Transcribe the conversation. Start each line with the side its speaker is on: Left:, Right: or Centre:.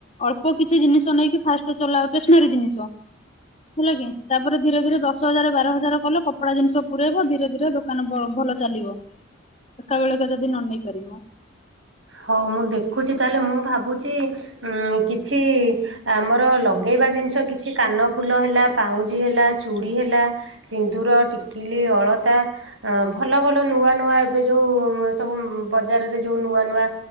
Left: ଅଳ୍ପ କିଛି ଜିନିଷ ନେଇକି ଫାଷ୍ଟ ଚଲାଅ ଟେସନାରୀ ଜିନିଷ। ହେଲାକି ତାପରେ ଧୀରେ ଧୀରେ ଦଶ ହଜାର ବାର ହଜାର କଲ କପଡା ଜିନିଷ ପୁରେଇବ ଧୀରେ ଧୀରେ ଦୋ ଦୋକାନ ଭଲ ଚାଲିବ ଏକା ବେଳେକେ ଯଦି ନ ନନେଇ ପାରିବ।
Right: ହଉ ମୁଁ ଦେଖୁଚି ତାହେଲେ ମୁଁ ଭାବୁଚି ଉଁ କିଛି ଆମର ଲଗେଇବା ଜିନିଷ କିଛି କାନ ଫୁଲ ହେଲା ପାଉଁଜି ହେଲା ଚୁଡ଼ି ହେଲା ସିନ୍ଦୁର ଟିକିଲି ଅଳତା ଅ ଭଲ ଭଲ ନୂଆ ନୂଆ ଏବେ ଯୋଉ ସବୁ ବଜାରରେ ଯୋଉ ନୂଆ ନୂଆ